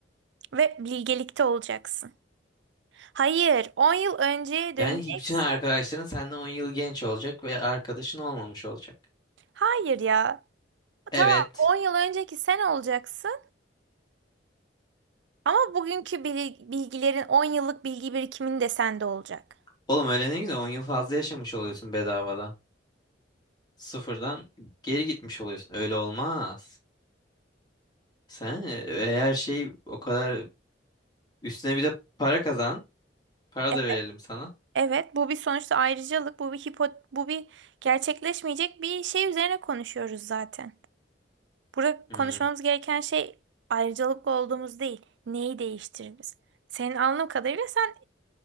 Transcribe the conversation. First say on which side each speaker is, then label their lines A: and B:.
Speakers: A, on the right; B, on the left.
A: Ve bilgelikte olacaksın. Hayır, 10 yıl önceye
B: Yani
A: döneceksin.
B: hi- bütün arkadaşların senden 10 yıl genç olacak ve arkadaşın olmamış olacak.
A: Hayır ya.
B: Evet.
A: Tamam, On yıl önceki sen olacaksın ama bugünkü bil- bilgilerin 10 yıllık bilgi birikimin de sende olacak.
B: Oğlum öyle ne güzel 10 yıl fazla yaşamış oluyorsun bedavadan. Sıfırdan geri gitmiş oluyorsun. Öyle olmaz. Sen e, eğer şey o kadar üstüne bir de para kazan. Para
A: Evet,
B: da verelim sana.
A: evet, bu bir sonuçta ayrıcalık, bu bir hipo, bu bir gerçekleşmeyecek bir şey üzerine konuşuyoruz zaten. Burada
B: Hmm,
A: konuşmamız gereken şey ayrıcalıklı olduğumuz değil, neyi değiştiririz. Senin anladığım kadarıyla sen